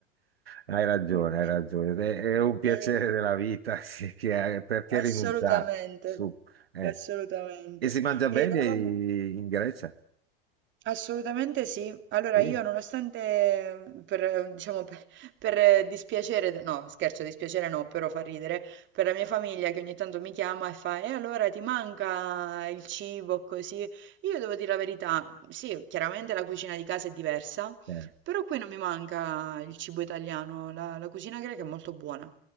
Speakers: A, on the right (about 90°); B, on the right (about 40°).
A: Hai ragione,
B: ehm, <laughs>
A: hai ragione. È, è un piacere
B: e-
A: della vita, <laughs> sì, che- perché
B: assolutamente,
A: rinunciarci? Su. eh.
B: assolutamente.
A: E si mangia bene
B: Ed eravamo...
A: in Grecia?
B: Assolutamente sì. Allora
A: Sì.
B: io nonostante eh, per, eh, diciamo, per, per eh, dispiacere, de- no scherzo, dispiacere no, però fa ridere, per la mia famiglia che ogni tanto mi chiama e fa, e allora ti manca il cibo così? Io devo dire la verità, sì, chiaramente la cucina di casa è diversa,
A: eh.
B: però qui non mi manca il cibo italiano, la, la cucina greca è molto buona.